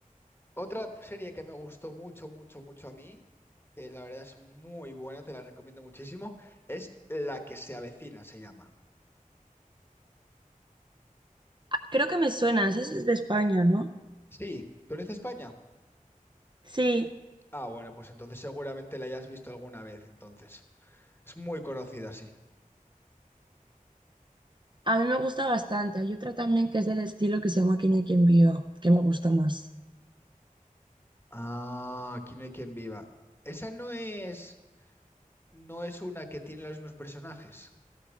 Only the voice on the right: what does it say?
Creo que me suena, esa es de España, ¿no?
Sí,
a mí me gusta bastante. Hay otra también que es del estilo que se llama Aquí no hay quien viva, que me gusta más.